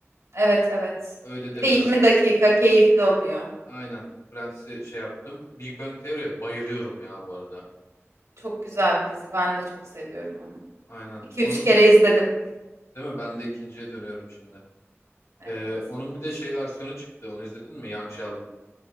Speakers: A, on the right; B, on the left.
A: Evet evet.
B: Öyle
A: Bir
B: de
A: de 20
B: biraz
A: dakika keyifli oluyor.
B: aynen. Friends'i şey yaptım. Big Bang Theory'ye bayılıyorum ya bu arada.
A: Çok güzel bir dizi. Ben de çok seviyorum onu.
B: Aynen.
A: 2
B: Onun
A: üç kere izledim.
B: değil mi? Ben de ikinciye dönüyorum şimdi.
A: Evet.
B: Ee, onun bir de şey versiyonu çıktı. Onu izledin mi? Young Sheldon